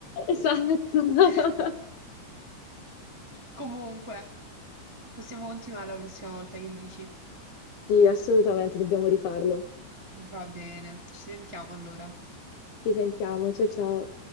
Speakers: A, on the left (about 70°); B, on the right (about 25°).
A: Esatto. <laughs>
B: <laughs> Comunque, possiamo continuare la prossima volta, che dici?
A: Sì, assolutamente, dobbiamo rifarlo.
B: Va bene, ci sentiamo allora.
A: Ci sentiamo, ciao ciao.